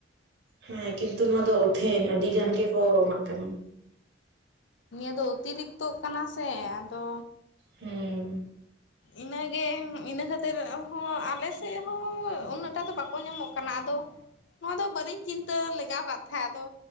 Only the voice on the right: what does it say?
ᱦᱮᱸ ᱠᱤᱱᱛᱩ ᱱᱚᱣᱟ ᱫᱚ ᱳᱴᱷᱮᱱ ᱟᱹᱰᱤ ᱜᱟᱱ ᱜᱮᱠᱚ ᱮᱢᱟᱜ ᱠᱟᱱᱟ᱾
ᱦᱮᱸ᱾